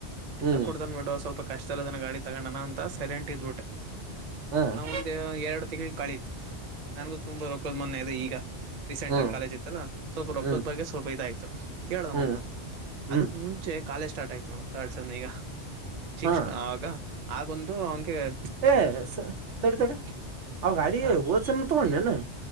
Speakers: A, on the right; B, on the right.
A: ಹ್ಮ್
B: ಹಿಂದ ಕೊಡ್ದನ್ ಬಿೇಡ ಸ್ವಲ್ಪ. ಕಷ್ಟದಲ್ಲಿಲ್ಲದನ ಗಾಡಿ ತಗೊಂಡಣ ಅಂತ ಸೈಲೆಂಟ್ ಇದ್ಬಟ್ಟೆ.
A: ಹ್ಮ್
B: ಹ ಒಂದ ಎರಡು ತಿಂಗಳ ಕಳೀ ನನ್ಗೂ ತುಂಬಾ ರೊಕ್ಕದ್ ಮೊನ್ನೆ ಇದೆ ಈಗ. ರೀಸೆಂಟ
A: ಹ್ಮ್
B: ಆಗ ಕಾಲೇಜ ಇತ್ತಲ್ಲ ಸ್ವಲ್ಪ ರೊದದಾಗೆ
A: ಹ್ಮ್
B: ಸ್ವಲ್ಪ ಇದ ಆಯಿತ್ ತ ಕೇಳದಮ್ಮನ್ನ
A: ಹ್ಮ್ ಹ್ಮ್
B: ಅದಕ್
A: ಹ್ಮ್
B: ಮುಂಚೆ ಕಾಲೇಜ ಸ್ಟಾರ್ಟ್ ಆಯತ ನೋ ತರ್ಡ್ ಸೆಮ ಈಗ ಶಿಕ್ಷ
A: ಹಾ
B: ಆಗ ಆಗೊಂದು ಅವನ್ <unintelligible>
A: ಏ ಸ ತಡಿ ತಡಿ ಅವ ಗಾಡಿ
B: ಹ
A: ಹೋದ್ಸಲ ತಗೊಂಡ ಏನು